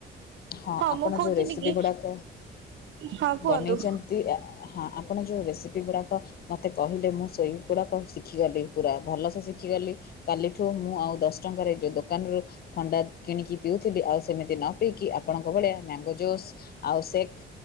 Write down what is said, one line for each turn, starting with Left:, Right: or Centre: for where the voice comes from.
Left: ହଁ ଆପଣ
Right: ମୁଁ କହୁଥିଲି
Left: ଯୋଉ ରେସିପି
Right: କି
Left: ଗୁଡାକ
Right: ହଁ କୁହନ୍ତୁ
Left: ବନେଇଛନ୍ତି ଆ ହଁ ଆପଣ ଯେଉଁ ରେସିପି ଗୁଡ଼ାକ ମୋତେ କହିଲେ ମୁଁ ଶୋଇ ପୁରାକ ଶିଖିଗଲି ପୁରା ଭଲସେ ଶିଖିଗଲି। କାଲିଠୁ ମୁଁ ଆଉ ଦଶ ଟଙ୍କାରେ ଯେଉଁ ଦୋକାନରୁ ଥଣ୍ଡା କିଣିକି ପିଉଥିଲି ଆଉ ସେମିତି ନ ପିଇକି ଆପଣଙ୍କ ଭଳିଆ ମ୍ୟାଙ୍ଗୋ ଜୁସ୍ ଆଉ ସେକ୍